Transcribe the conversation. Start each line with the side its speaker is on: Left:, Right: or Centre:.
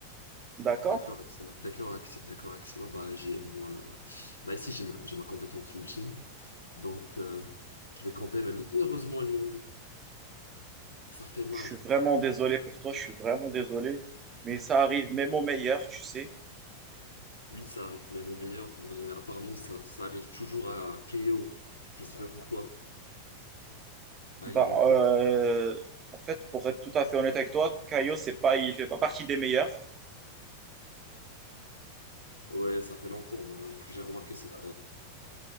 Right: D'accord?
Left: D'accord, excellent. D'accord, acc- d'accord, excellent. Bah, j'ai moi, euh, là ici, j'ai ma j'ai ma compétence ultime, donc euh, je vais camper. Mais heureusement, ils m'ont dit, ça fait mal.
Right: Je suis vraiment désolé pour toi, je suis vraiment désolé. Mais ça arrive même au meilleur, tu sais.
Left: Oui, ça arrive, même au meilleur. Mais apparemment, ça, ça arrive toujours à KO. Je sais pas pourquoi. Ah,
Right: Bah,
Left: il est encore.
Right: euh,
Left: en-
Right: en fait, pour être tout à fait honnête avec toi, Caio, c'est pas, il fait pas partie des meilleurs.
Left: Ouais, ça fait longtemps bah, que j'ai remarqué cette,